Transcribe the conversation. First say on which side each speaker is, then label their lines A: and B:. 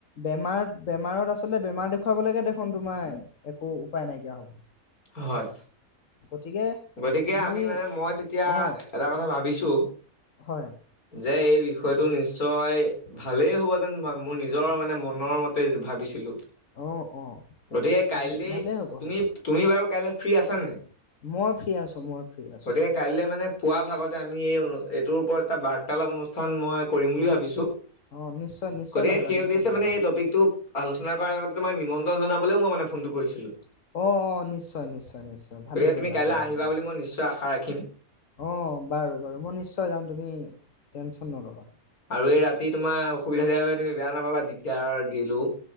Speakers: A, on the left (about 60°); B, on the left (about 80°).
A: বেমাৰ বেমাৰত আচনে বেমাৰ দেখুৱাবলে দেখোন তোমাৰ- একো উপাই নাইকিয়া হ'ব।
B: হয়।
A: গতিকে-
B: গতিকে
A: তুমি
B: আমি মানে মই তেতিয়া
A: অ'
B: এটা কথা ভাবিছো, -
A: হয়।
B: যে এই বিষয়টো নিশ্চয়- ভালেই হ'ব যেন বা মোৰ নিজৰ মানে মনৰ মতে ভাবিছিলো।
A: অ' অ'
B: গতিকে কাইলে
A: ভালে ভালেই হ'ব
B: তুমি
A: সেইটো।
B: তুমি বাৰু কাইলে ফ্ৰী আছা নে নাই?
A: মই ফ্ৰী আছো মই। ফ্ৰী আছো
B: গতিকে- কাইলৈ মানে পুৱা ভাগতে আমি এইটোৰ ওপৰত এটা বাৰ্তালাপ অনুষ্ঠান মই কৰিম বুলি ভাবিছো।
A: অ' নিশ্চয় নিশ্চয়
B: গতিকে
A: পাৰিবা
B: সেই
A: নিশ্চয়
B: উদ্দেশ্যে
A: পাৰিবা
B: মানে এই টপিকটো- আলোচনা কৰাৰ আগত তোমাৰ নিমন্ত্ৰণ জনাবলৈও মই মানে ফোনটো কৰিছিলো।
A: অ অ নিশ্চয় নিশ্চয় নিশ্চয় ভালে
B: গতিকে তুমি
A: কৰিলা
B: কাইলৈ
A: ভালে
B: আহিবা
A: কৰিলা।
B: বুলি মই নিশ্চয় আশা ৰাখিম।
A: অ' বাৰু বাৰু মই নিশ্চয় যাম, তুমি টেনচন নল'বা।
B: আৰু এই ৰাতি তোমাৰ অসুবিধা দিয়াবাবে তুমি বেয়া নাপাবা, দিগদাৰ দিলো।